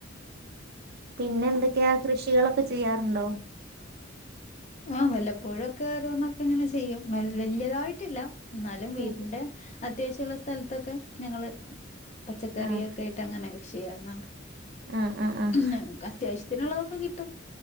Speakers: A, on the right (about 50°); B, on the left (about 35°).
A: പിന്നെ എന്തൊക്കെയാ, കൃഷികളൊക്കെ ചെയ്യാറുണ്ടോ?
B: ആഹ് വല്ലപ്പോഴൊക്കെ ഓരോന്ന് ഒക്കെ ഇങ്ങനെ ചെയ്യും. വെൽ വെല്ല്യതായിട്ട് ഇല്ല ഇന്നാലും വീടിന്റെ
A: ഉം
B: അത്യാവശ്യ ഒള്ള സ്ഥലത്തൊക്കെ ഞങ്ങള് പച്ചകറി
A: ആഹ്
B: ഒക്കെ ആയിട്ട് അങ്ങനെ കൃഷി ചെയ്യന്നണ്ട്
A: ആഹ് ആഹ് ആഹ്
B: ഉം ന്നെ ക്കത്യാവശ്യത്തിന് ഉള്ളത് ഒക്കെ കിട്ടും